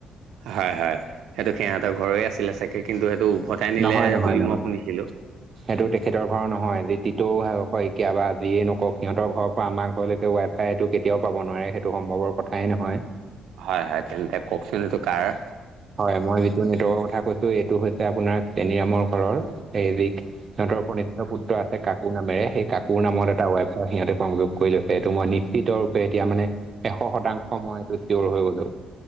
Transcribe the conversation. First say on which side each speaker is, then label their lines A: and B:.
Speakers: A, on the right (about 80°); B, on the right (about 40°).
A: হয়, হয়, সেইটো সিহঁতৰ ঘৰৰে আছিলে চাগে। কিন্তু সেইটো উভতাই নিলে
B: নহয় নহয়
A: বুলি
B: নহয়
A: মই শুনিছিলো।
B: সেইটো তেখেতৰ ঘৰৰ নহয়। যি তিতৌ শইকীয়া বা যিয়ে নওঁকক সিহঁতৰ ঘৰৰ পা আমাৰ ঘৰলৈকে ৱাই ফাই এইটো কেতিয়াও পাব নোৱাৰে, সেইটো সম্ভৱৰ কথাই নহয়।
A: হয়, হয়। তেন্তে কওঁকচোন এইটো কাৰ?
B: হয়, মই যিটো নেটৱৰ্কৰ কথা কৈছো, এইটো হৈছে আপোনাৰ চেনীৰামৰ ঘৰৰ সিহঁতৰ কনিষ্ঠ পুত্ৰ আছে কাকো নামেৰে, সেই কাকোৰ নামত এটা ৱাইফ সিহঁতে সংযোগ কৰি লৈছে, এইটো মই নি শ্চিতৰ ৰূপে এতিয়া মানে এশ শতাংশ মই এইটো চিয়ৰ হৈ গ'লো।